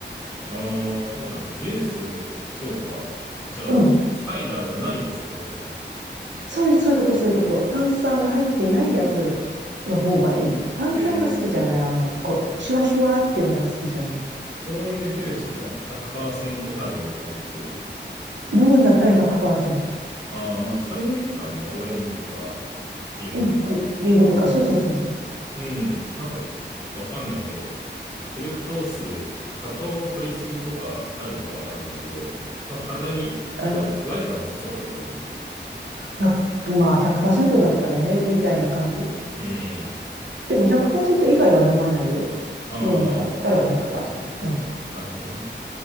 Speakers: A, on the left; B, on the right.
A: ああ、そうなんだ。ジュース、そうか。じゃあ、
B: うん。
A: サイダーじゃないやつってことね。
B: そういう、そういうこと、そういうこと。炭酸が入ってないやつの方がいい。炭酸が好きじゃない、
A: えー、
B: あんまり。こう、シュワシュワっていうのが好きじゃない。
A: そういうジュースって何 ?100% 果汁みたいなやつ
B: 飲むんだったら100%。
A: ああー、まあじゃあそれはいいかもね。オレンジとか、リンゴとか。
B: うん。りリンゴとか、そうそうそうそう。
A: うん。なんか、わかんないけど、フルクトース、過糖を取りすぎとかなるのかわかんないけど、まあ、体に悪、
B: あ、
A: 悪くはなさそうだよね、でも。
B: 100、まあ100%だったらね、みたいな感じ。
A: うん。
B: でも100%以外は飲まないよ。
A: ああ、
B: 飲むんだったら100%。うん。
A: なるほどね。